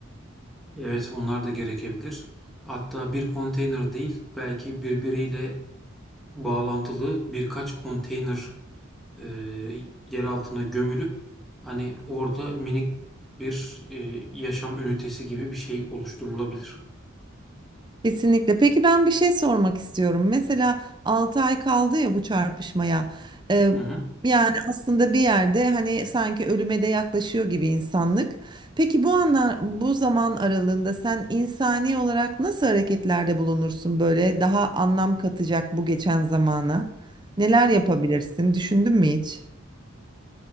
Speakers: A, in the centre; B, on the right (about 20°).
A: Evet, onlar da gerekebilir. Hatta bir konteyner değil, belki birbiriyle bağlantılı birkaç konteyner e, yer altına gömülüp hani orada minik bir e, yaşam ünitesi gibi bir şey oluşturulabilir.
B: Kesinlikle. Peki ben bir şey sormak istiyorum. Mesela 6 ay kaldı ya bu çarpışmaya. Ee,
A: Hı hı.
B: yani aslında bir yerde hani sanki ölüme de yaklaşıyor gibi insanlık. Peki bu anlar, bu zaman aralığında sen insani olarak nasıl hareketlerde bulunursun böyle daha anlam katacak bu geçen zamana? Neler yapabilirsin? Düşündün mü hiç?